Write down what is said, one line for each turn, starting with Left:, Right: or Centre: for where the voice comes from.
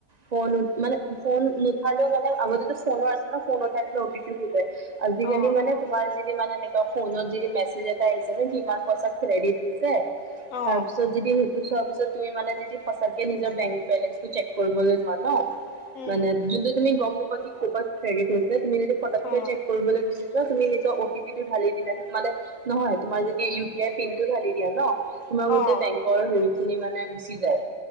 Right: ফোনত মানে ফোন নুথালেও মানে আগতে ফোনো আছে ন' ফোন উঠাই অটি পি সুধে। <inaudible> আজিকালি
Left: অ
Right: মানে তোমাৰ যি যি মানে এনেকুৱা ফোনত যে মেছেজ এটা আহিছে কিমান পইচা ক্ৰেডিট হৈছে
Left: অ
Right: তাৰপিছত সেইটো চোৱাৰ পিছত তুমি মানে যদি সঁচাকে নিজৰ বেংক বেলেঞ্চটো চেক কৰিবলৈ যোৱা ন'?
Left: উম
Right: মানে যোনটো তুমি গম নোপোৱা কি ক'ৰ পৰা ক্ৰেডিট হৈছে তুমি যদি ফটককে
Left: অ
Right: চেক কৰিবলৈ গুচি যো তুমি নিজ অ টি পি ঢালি দিলে, মানে নহয় তোমাৰ যদি ইউ পি আই পিন টো ঢালি দিয়া ন' তোমাৰ গোতেই
Left: অ
Right: বেং হেৰি খিনি মানে গুচি যায়,